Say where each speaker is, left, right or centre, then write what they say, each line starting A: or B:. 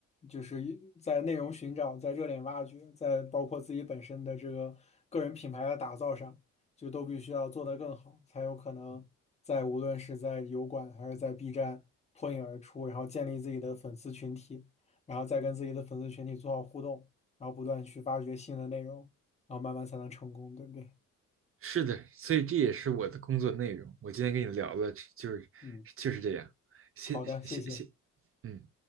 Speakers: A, on the left; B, on the right.
A: 就是一在内容寻找、在热点挖掘、在包括自己本身的这个个人品牌的打造上，就都必须要做得更好，才有可能在无论是在油管还是在 B 站脱颖而出，然后建立自己的粉丝群体，然后再跟自己的粉丝群体做好互动，然后不断去挖掘新的内容，然后慢慢才能成功，对不对？
B: 是的，所以这也是我的工作内容。我今天跟你聊的就是就是这样。
A: 嗯。
B: 谢谢谢谢，
A: 好的，谢谢。
B: 嗯。